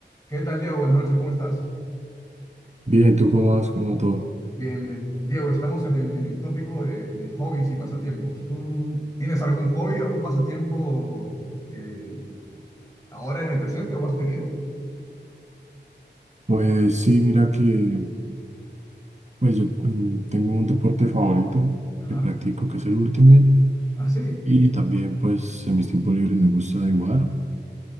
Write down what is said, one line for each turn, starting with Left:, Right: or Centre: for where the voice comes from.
Left: ¿Qué tal, Diego? Buenas noches, ¿cómo estás?
Right: Bien, ¿tú cómo vas? ¿Cómo va todo?
Left: Bien, bien. Diego, estamos en el, en el tópico de, de hobbies y pasatiempos. ¿Tú tienes algún hobby, algún pasatiempo que ahora en el presente o has tenido?
Right: Pues sí, mira que pues yo mm, tengo un deporte favorito
Left: Ajá.
Right: que practico, que es el Ultimate,
Left: Ah, sí.
Right: y también pues en mis tiempos libres me gusta dibujar.